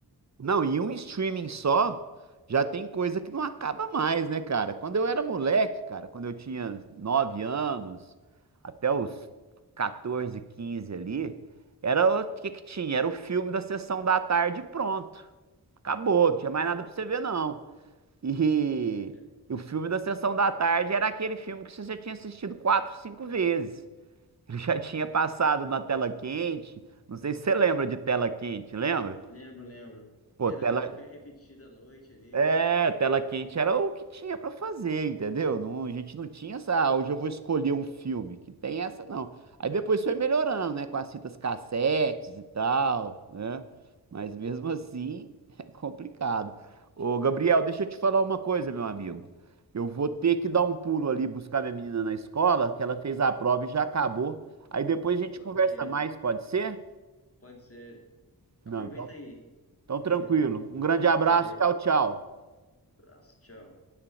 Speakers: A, on the right; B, on the left.
A: Não, e um streaming só já tem coisa que não acaba mais, né, cara? Quando eu era moleque, cara, quando eu tinha 9 anos, até os 14, 15 ali, era o que que tinha? Era o filme da sessão da tarde e pronto. Acabou, não tinha mais nada pra você ver, não. E,
B: É,
A: e o filme da sessão da tarde era aquele filme que você já tinha assistido quatro, cinco vezes. Ele já tinha passado na tela quente. Não sei se você lembra de tela quente, lembra?
B: lembro, lembro.
A: Pô,
B: Era,
A: tela.
B: era o que eu da noite ali.
A: É, tela quente era o que tinha pra fazer, entendeu? Não, a gente não tinha essa, ah, hoje eu vou escolher um filme, que tem essa não. Aí depois foi melhorando, né, com as fitas cassetes e tal, né? Mas mesmo assim <laughs> é complicado. Ô, Gabriel,
B: É.
A: deixa eu te falar uma coisa, meu amigo. Eu vou ter que dar um pulo ali buscar minha menina na escola, que ela fez a prova e já acabou. Aí depois a gente
B: Opa,
A: conversa
B: beleza.
A: mais, pode ser?
B: Pode ser.
A: Não,
B: Aproveita
A: então,
B: aí.
A: então
B: Aproveita
A: tranquilo.
B: aí.
A: Um grande abraço,
B: Valeu.
A: tchau, tchau.
B: Abraço. Tchau.